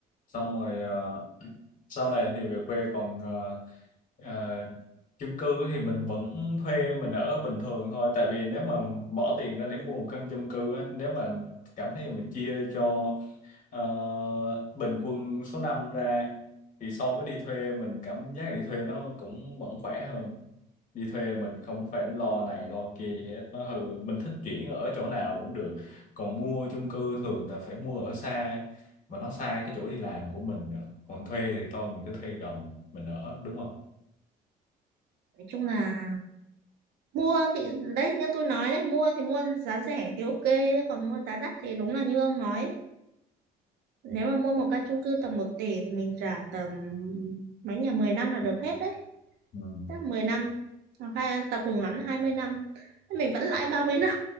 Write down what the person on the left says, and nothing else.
xong rồi ờ, sau này thì về quê còn ờ, ờ, chung cư thì mình vẫn thuê mình ở bình thường thôi tại vì nếu mà bỏ tiền ra để mua một căn chung cư á, nếu mà cảm thấy mình chia cho ờ, bình quân số năm ra thì so với đi thuê mình cảm giác đi thuê nó cũng vẫn khỏe hơn đi thuê mình không phải lo này lo kia gì hết nó hư mình thích chuyển ở chỗ nào cũng được còn mua chung cư thường là phải mua ở xa mà nó xa cái chỗ đi làm của mình nữa còn thuê thì thôi mình cứ thuê gần mình ở đúng không
ừ